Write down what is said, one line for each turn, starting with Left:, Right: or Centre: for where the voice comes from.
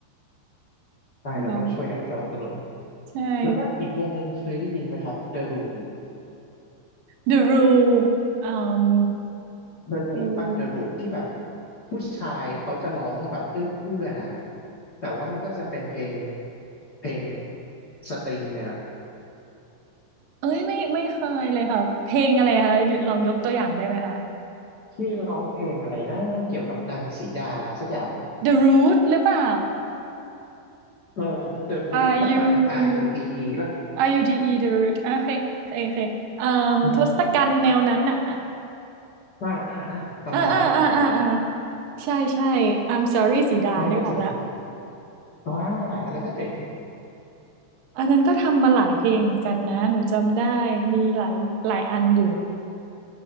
Left: ใช่เราต้องช่วยกันสนับสนุน
Right: เนาะใช่
Left: แล้วก็อีกวงหนึ่งเคยได้ยินไหมครับ The Roop
Right: The Rule อืม
Left: The
Right: เพลง
Left: Roop ป่ะ The Roop ที่แบบผู้ชายเขาจะร้องแบบเอื้อนๆอ่ะแต่ว่ามันก็จะเป็นเพลงเพลงสตริงเนี่ยแหละ
Right: เอ้ยไม่ไม่เคยเลยค่ะ เพลงอะไรคะเดี๋ยวลองยกตัวอย่างได้ไหมคะ
Left: ที่ร้องเพลงอะไรนะเกี่ยวกับนางสีดาสักอย่าง
Right: The Root หรือเปล่า
Left: เออ The Roop
Right: R U
Left: มากกว่านะ R U B E ป่ะ
Right: R U D E The Root อ่ะโอเคโอเคโอเคอืมทศกัณฐ์แนวนั้นอ่ะ
Left: อืมอ่าอ่าอ่าประมาณนั้นนะครับ
Right: อ่าอ่าอ่าอ่าใช่ใช่ I'm sorry สีดานึกออกแล้ว
Left: อันนั้นก็เจ๋งอ่าอันนั้นก็เจ๋ง
Right: อันนั้นก็ทำมาหลายเพลงเหมือนกันนะหนูจำได้มีหลายหลายอันอยู่